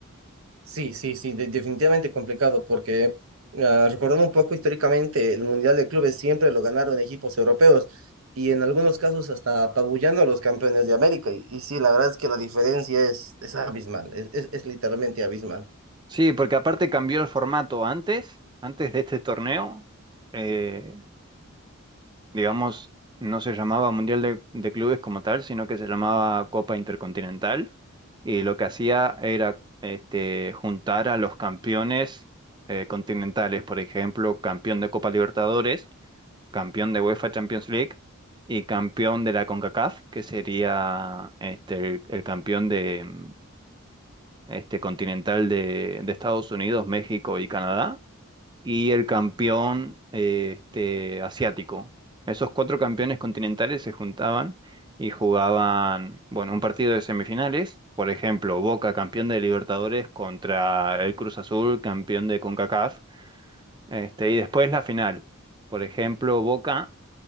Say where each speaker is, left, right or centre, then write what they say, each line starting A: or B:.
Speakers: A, on the right (about 70°); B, on the right (about 20°).
A: Sí, sí, sí, de- definitivamente complicado porque ah, recordando un poco históricamente, el Mundial de Clubes siempre lo ganaron equipos europeos y en algunos casos hasta apabullando a los campeones de América. Y, y sí, la verdad es que la diferencia es, es abismal, es, es- es literalmente abismal.
B: Sí, porque aparte cambió el formato antes, antes de este torneo. eh, digamos, no se llamaba Mundial de, de Clubes como tal, sino que se llamaba Copa Intercontinental. Y lo que hacía era este, juntar a los campeones eh, continentales, por ejemplo, campeón de Copa Libertadores, campeón de UEFA Champions League y campeón de la CONCACAF, que sería este, el, el campeón de, mm, este, continental de, de Estados Unidos, México y Canadá y el campeón eh, este, asiático. Esos cuatro campeones continentales se juntaban y jugaban, bueno, un partido de semifinales, por ejemplo, Boca campeón de Libertadores contra el Cruz Azul campeón de CONCACAF, este, y después la final. Por ejemplo, Boca